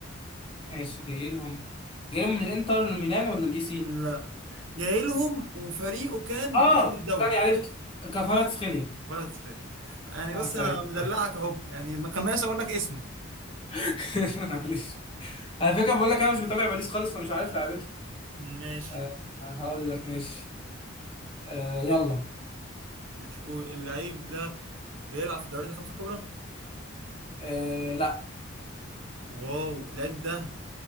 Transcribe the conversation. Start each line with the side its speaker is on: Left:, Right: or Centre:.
Left: ماشي جاي لهم جاي لهم من الانتر ميلان ولا الاي سي
Right: لا جاي لهم وفريقه كان
Left: اه
Right: بطل الدوري
Left: انا عرفت كفاراتسخيليا
Right: فرد سخري يعني
Left: اه
Right: بص
Left: سعيد
Right: انا مدلعك اهو يعني ما كان ناقص اقول لك اسمه
Left: <laughs> معلش على فكره بقول لك انا مش متابع باريس خالص فمش عارف لعبته
Right: ماشي
Left: آه هقول لك ماشي آه يلا
Right: ماشي قول اللعيب ده بيلعب في الدوريات الخمسة الكبرى
Left: آه لا
Right: واو اللعيب ده